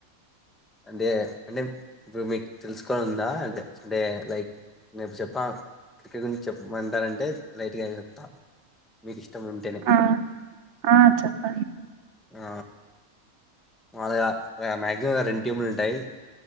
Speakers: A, in the centre; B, on the right (about 60°).
A: అంటే అంటే ఇప్పుడు మీకు తెలుసుకని ఉందా అంటే అంటే లైక్ నేప్పుడు చెప్పా క్రికెట్ గురించి చెప్పమంటారంటే లైట్గా చెప్తాను మీకు ఇష్టం ఉంటేనే
B: ఆ ఆ చెప్పండి
A: ఆ అళగా మాక్సిమం రెండు టీంలు ఉంటాయి